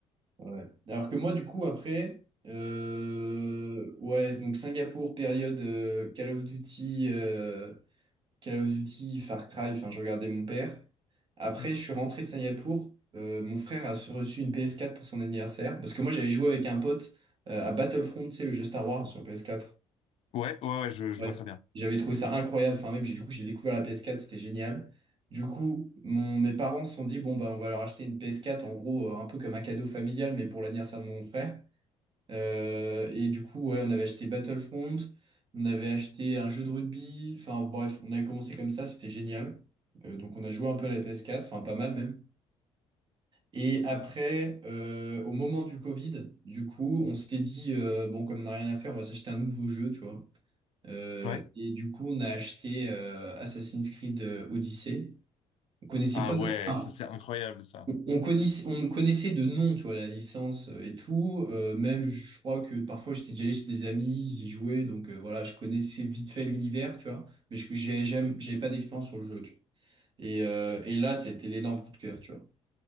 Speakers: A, on the right; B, on the left.
A: Ouais. Alors que moi, du coup, après, euh, ouais, donc Singapour, période euh, Call of Duty, euh, Call of Duty, Far Cry, enfin, je regardais mon père. Après,
B: Mm.
A: je suis rentré de Singapour. euh, mon frère a reçu une PS4 pour son anniversaire. Parce que moi, j'avais joué avec un pote euh, à Battlefront, tu sais, le jeu Star Wars sur PS4.
B: Ouais, ouais, ouais, je, je
A: Ouais,
B: vois très bien.
A: j'avais trouvé ça incroyable. Enfin, même, j'ai, du coup, j'ai découvert la PS4, c'était génial. Du coup, mon, mes parents se sont dit, bon, bah, on va leur acheter une PS4, en gros, euh, un peu comme un cadeau familial, mais pour l'anniversaire de mon frère. Euh, et du coup, ouais, on avait acheté Battlefront, on avait acheté un jeu de rugby. Enfin, bref, on avait commencé comme ça, c'était génial. Euh, donc, on a joué un peu à la PS4, enfin, pas mal même. Et après, euh, au moment du Covid, du coup, on s'était dit, euh, bon, comme on n'a rien à faire, on va s'acheter un nouveau jeu, tu vois. Euh,
B: Ouais.
A: et du coup, on a acheté euh, Assassin's Creed euh, Odyssey. On connaissait
B: Ah
A: pas,
B: ouais,
A: enfin,
B: ça c'est incroyable, ça.
A: on on connaissait, on connaissait de nom, tu vois, la licence euh, et tout. Euh, même, je crois que parfois j'étais déjà allé chez des amis, ils y jouaient, donc euh, voilà, je connaissais vite fait l'univers, tu vois. Mais je, j'ai- j'aime- j'avais pas d'expérience sur le jeu. tu vois. Et, euh, et là, c'était l'énorme coup de cœur, tu vois.